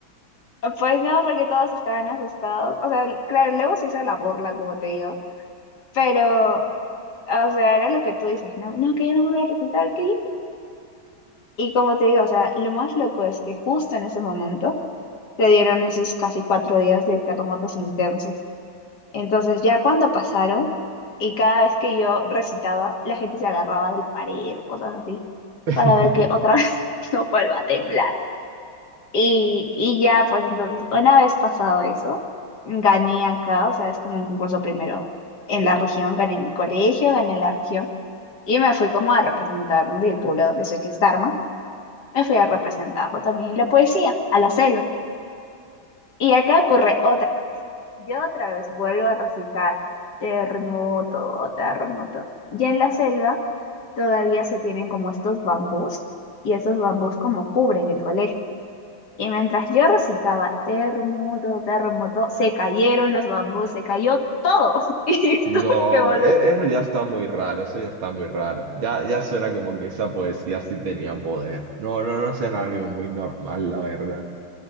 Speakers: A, on the left; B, on the right.
A: Pues no, porque todos estaban asustados. O sea, claro, luego se hizo la burla, como te digo. Pero, o sea, era lo que tú dices, no, no, que yo no voy a recitar, que yo no. Y como te digo, o sea, lo más loco es que justo en ese momento le dieron esos casi cuatro días de terremotos intensos. Entonces, ya cuando pasaron, y cada vez que yo recitaba, la gente se agarraba de la pared o cosas así,
B: <laughs>
A: para ver que otra <laughs> vez no vuelva a temblar. Y, y ya, pues entonces, una vez pasado eso, gané acá, o sea, es como un concurso primero en la región, gané en mi colegio, gané en la región, y me fui como a representar del pueblo donde soy, que es Tarma, me fui a representarlo también en la poesía, a la selva. Y acá ocurre otra, yo otra vez vuelvo a recitar terremoto, terremoto. Ya en la selva todavía se tienen como estos bambús, y esos bambús como cubren el colegio. Y mientras yo recitaba terremoto, terremoto, se cayeron los bambús, se cayó todo. <laughs> Y
B: No,
A: tuve que volver.
B: e- eso ya está muy raro, eso ya está muy raro. Ya, ya suena como que esa poesía sí tenía poder. No, no, no suena algo muy normal, la verdad.